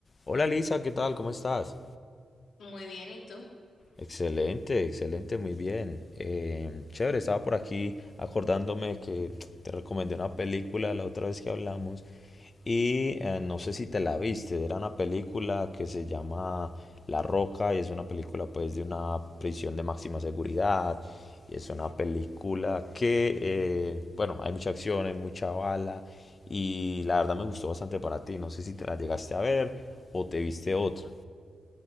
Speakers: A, on the left (about 35°); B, on the left (about 80°).
A: Hola Lisa, ¿qué tal? ¿Cómo estás?
B: Muy bien, ¿y tú?
A: Excelente, excelente, muy bien. Eh, chévere, estaba por aquí acordándome que te recomendé una película la otra vez que hablamos y eh, no sé si te la viste, era una película que se llama La Roca y es una película pues de una prisión de máxima seguridad y es una película que, eh, bueno, hay mucha acción, hay mucha bala y la verdad me gustó bastante para ti, no sé si te la llegaste a ver o te viste otra.